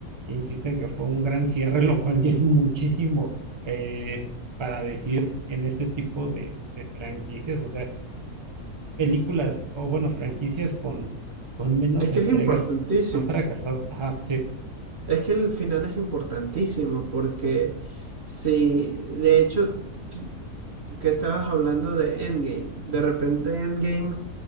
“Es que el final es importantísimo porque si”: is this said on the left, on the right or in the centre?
Right